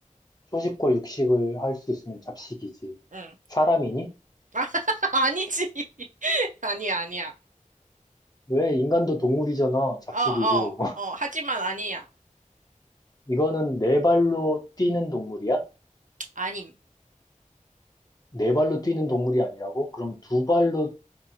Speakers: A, on the left; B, on the right.
A: 초식과 육식을 할 수 있으면 잡식이지.
B: 응.
A: 사람이니?
B: <laughs> 아니지. <laughs> 아니야, 아니야.
A: 왜 인간도 동물이잖아. 잡식이고.
B: 어, 어,
A: <laughs>
B: 어, 하지만 아니야.
A: 이거는 네 발로 뛰는 동물이야?
B: 아님,
A: 네 발로 뛰는 동물이 아니라고? 그럼 두 발로